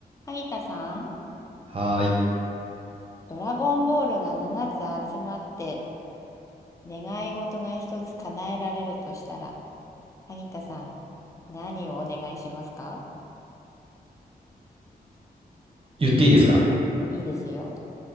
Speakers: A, on the left (about 20°); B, on the right (about 35°).
A: 萩田さん、
B: はーい。
A: ドラゴンボールが7つ集まって願い事が1つ叶えられるとしたら、萩田さん、何をお願いしますか
B: 言っていいですか
A: いいですよ。